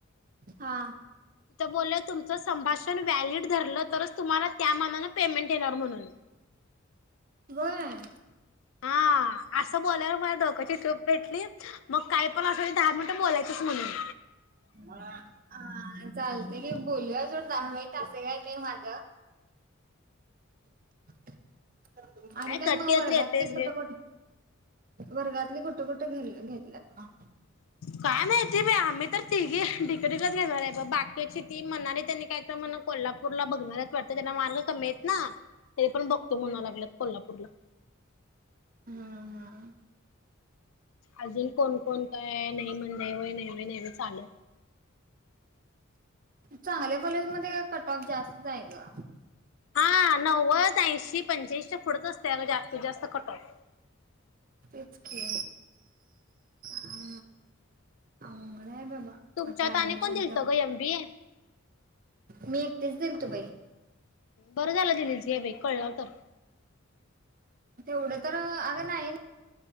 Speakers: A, on the right (about 40°); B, on the left (about 70°).
A: हा
B: ते बोलले तुमचं संभाषण व्हॅलीड धरलं तरच तुम्हाला त्या मानानं पेमेंट येणार म्हणून
A: व्हय
B: हा असं बोल्यावर माझी डोक्याची टुब पेटली मग काही पण असू दे दहा मिनिटं बोलायचच म्हणून
A: हा चालतय की बोलूया सोड दहा मिनिट अस काय नाय माझ <inaudible> आणि काय
B: कट
A: मग
B: केलं
A: वर्गात
B: तरी येतयच
A: ते कुठ
B: घे.
A: कुठ वर्गातली कु कुठ कुठं घ घेतलंत म
B: काय माहिती बाई आम्ही तर तीघी डी. के. टी. लाच घेणार हाय बघ, बाकीची ती मनाली तेनी काय तर म्हण कोल्हापूरला बघणारायत वाटतं त्यांना मार्क कमी हायत ना. तरी पण बघतो म्हणा लागल्यात कोल्हापूरला.
A: हां हां
B: अजून कोण कोण काय नाही म्हण नाही व्हय नाही व्हय नाही व्हय चालूये
A: चांगल्या कॉलेज मध्ये कट ऑफ जास्त आहे ग
B: हा नव्वद ऐंशी पंच्याऐंशीच्या पुुढच असतय अ गं जास्तीत जास्त कटऑफ
A: तेच की हा अंगत नाही बाबा
B: तुमच्यात
A: आता
B: आणि
A: ऍडमिशनचा
B: कोण दिलतं ग एम बी ए
A: मी तीस दिलत बाई
B: बरं झालं दिलीस यबाई कळलं तर
A: तेवढं तर अगं नाही